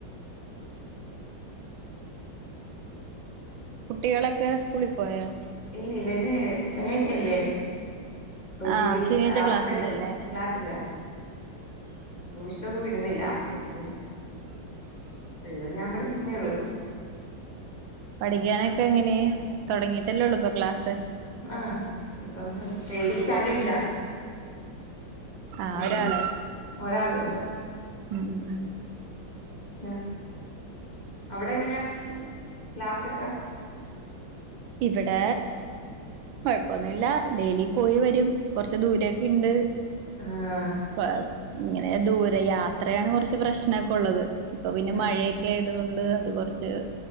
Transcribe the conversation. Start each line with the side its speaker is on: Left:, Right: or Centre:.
Right: കുട്ടികളൊക്കെ സ്കൂളി പോയോ?
Left: ഇല്ല ഇല്ല ഇന്ന് ശനിയാഴ്ചയല്ലേ? പ്പഴ്ത്തേക്ക്
Right: ആഹ്
Left: ഇപി
Right: ശനിയാഴ്ച
Left: ക്ലാസില്ലല്ലോ
Right: ക്ലാസ്സില്ലല്ലേ
Left: ക്ലാസില്ല. ട്യുഷനൊന്നും വിടുന്നില്ല അപ്പഴത്തേക് ഉള്ളത് ഞാൻ പഠിപ്പിക്കുന്നേ ഉള്ളു.
Right: പഠിക്കാനൊക്കെ എങ്ങനെ തുടങ്ങിയിട്ടല്ലേള്ളു പ്പൊ ക്ലാസ്
Left: ആഹ ഇപ്പം തെഡ് സ്റ്റാൻഡേർഡില.
Right: ആഹ് ഒരാള്
Left: ഉള്ളൂ ഒരാളെ
Right: ഉം ഉം ഉം
Left: ന്ന അവിടെങ്ങനെയാ ക്ലാസൊക്കെ?
Right: ഇവടെ കുഴപ്പൊന്നുല്ല ഡെയിലി പോയി വരും കൊറച്ച് ദൂരൊക്കെ ഇണ്ട്.
Left: ആഹ
Right: പ്പ ഇങ്ങനെ ദൂരെ യാത്രയാണ് കൊർച്ച് പ്രശ്നൊക്കെ ഉള്ളത് ഇപ്പൊ പിന്നെ
Left: ആഹ്
Right: മഴയി ക്കെആയത്‌ കൊണ്ട് അത് കൊറച്ച്